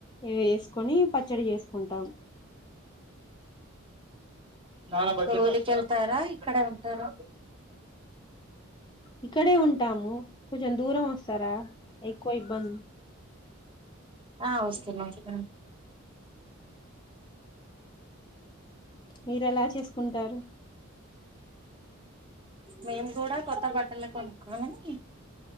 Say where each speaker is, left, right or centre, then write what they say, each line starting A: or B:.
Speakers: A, on the left; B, on the right.
A: వేసుకొని పచ్చడి చేసుకుంటాం
B: నా కెళ్తారా ఇక్కడే ఉంటారు
A: ఇక్కడే ఉంటాము కొంచెం దూరం వస్తారా ఎక్కువ ఇబ్బంది
B: ఆ వస్తున వస్తున
A: మీరు ఎలా చేసుకుంటారు
B: మేము కూడా కొత్త బట్టలు కొనుకుమని